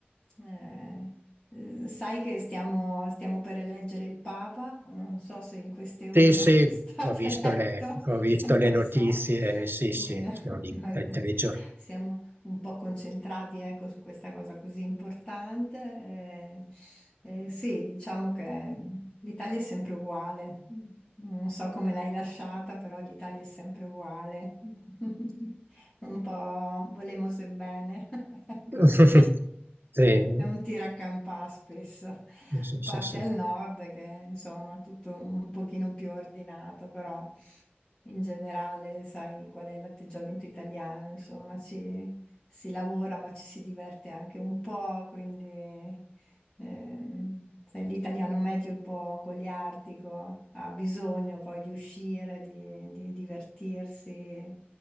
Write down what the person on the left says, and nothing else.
Eh, eh, sai che stiamo, stiamo per eleggere il Papa, non so se in queste
ore
<laughs> è stato
eletto,
<laughs>
non
so,
quindi
<laughs>
noi
siamo un po' concentrati, ecco, su questa cosa così importante. Eh, eh, sì, diciamo che l'Italia è sempre uguale. Non so come l'hai lasciata, però l'Italia è sempre uguale. <laughs> Un po' volemose e bene, <laughs> ecco.
È un tiracampà spesso. A
parte
al nord che insomma tutto un pochino più ordinato, però in generale sai qual è l'atteggiamento italiano, insomma ci si lavora ma ci si diverte anche un po', quindi ehm, sai, l'italiano medio è un po' goliardico, ha bisogno poi di uscire, di, di divertirsi,